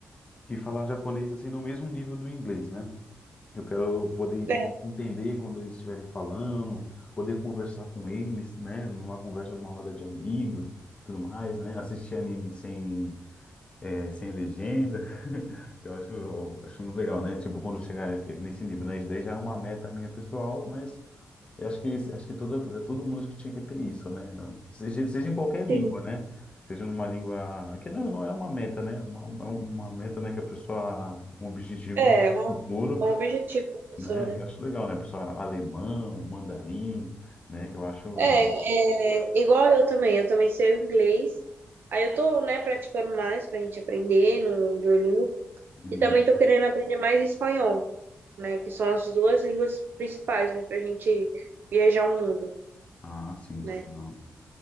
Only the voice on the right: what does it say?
É,
sim.
É, é um,
é um objetivo, professora.
É, é, igual eu também. Eu também sei o inglês. Aí eu tô, né, praticando mais pra gente aprender no Duolingo.
E também estou querendo aprender mais espanhol, né? Que são as duas línguas principais, né? Pra gente viajar o mundo,
né?